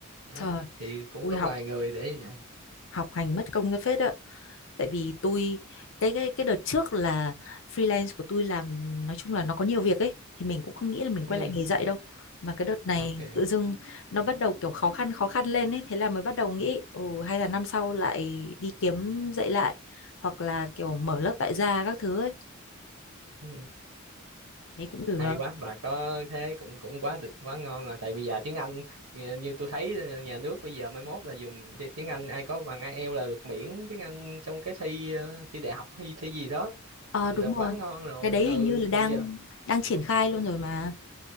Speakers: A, on the right; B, on the left.
A: đó
B: trời
A: thì cũng
B: ui
A: có
B: học
A: vài người để dạy
B: học hành mất công ra phết ạ tại vì tôi cái cái cái đợt trước là freelance của tôi làm nói chung là nó có nhiều việc ấy thì mình cũng không nghĩ là mình
A: ừ.
B: quay lại nghề dạy đâu mà cái đợt này
A: ok
B: tự dưng nó bắt đầu kiểu khó khăn khó khăn lên ấy thế là mới bắt đầu nghĩ ừ, hay là năm sau lại đi kiếm dạy lại hoặc là kiểu mở lớp tại gia các thứ ấy
A: Ừ,
B: đấy cũng được
A: hay quá bà có thế cũng cũng quá được quá ngon rồi tại bây giờ tiếng Anh như, như tôi thấy ờ, nhà nước bây giờ mai mốt là dùng ti- tiếng Anh ai có bằng IELTS là được miễn tiếng Anh trong cái thi ờ, thi đại học hay thi gì đó
B: ờ
A: vậy
B: đúng
A: là quá
B: rồi
A: ngon rồi
B: cái đấy
A: ừ
B: hình như là đang
A: thì giờ
B: đang triển khai luôn rồi mà